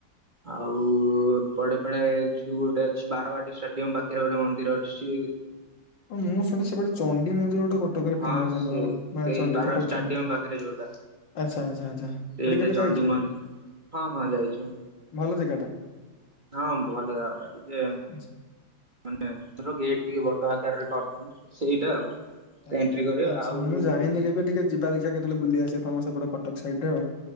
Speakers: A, on the right; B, on the left.
A: ଆଉ ଉଉଉ <unintelligible> ଗୋଟେ ଅଛି ବାରବାଟୀ ଷ୍ଟାଡିୟମ ପାଖରେ ଗୋଟେ ମନ୍ଦିର ଅଛି।
B: ମୁଁ ଶଣିଚି ସେପଟେ ଚଣ୍ଡୀ ମନ୍ଦିର ଗୋଟେ କଟକରେ
A: ହଁ
B: ଫେମସ ଆମର
A: ସେଇ
B: ମା
A: ସେଇ
B: ଚଣ୍ଡୀ
A: ବାର
B: କଟକ
A: ଷ୍ଟାଡିୟମ
B: ଚଣ୍ଡୀ।
A: ପାଖରେ ଯୋଉଟା
B: ଆଚ୍ଛା ଆଚ୍ଛା ଆଚ୍ଛା ସେଠି
A: ସେଇଠି
B: କେବେ
A: ଚଣ୍ଡି
B: ଯାଇଛ?
A: ମନ୍ଦିର ହଁ ହଁ ଯାଇଛୁ
B: ଭଲ ଜାଗାଟା।
A: ହଁ ଭଲ ଜାଗା ଟିକେ।
B: <unintelligible>
A: ମାନେ <unintelligible> ବଡ ଆକାରରେ କରିଥାନ୍ତ ସେଇଟା ଆଉ।
B: ଆ-
A: ତ ଏଣ୍ଟ୍ରି କରିବ
B: ଆଚ୍ଛା
A: ଆଉ
B: ମୁଁ ଯାଇନି
A: ଇଏ।
B: କେବେ ଟିକେ ଯିବା ଦେଖିଆ କେତେବେଳେ ବୁଲି ଆସିବା ତମ ସେପଟ କଟକ ସାଇଟ୍ ରେ।